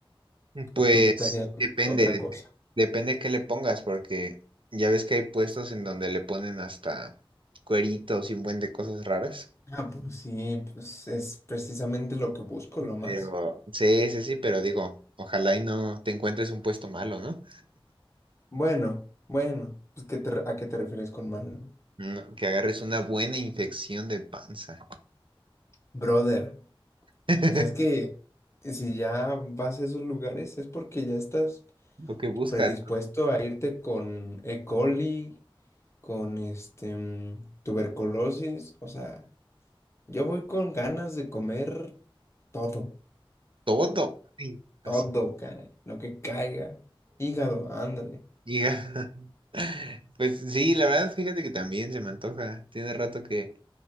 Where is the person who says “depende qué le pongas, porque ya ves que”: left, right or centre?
Right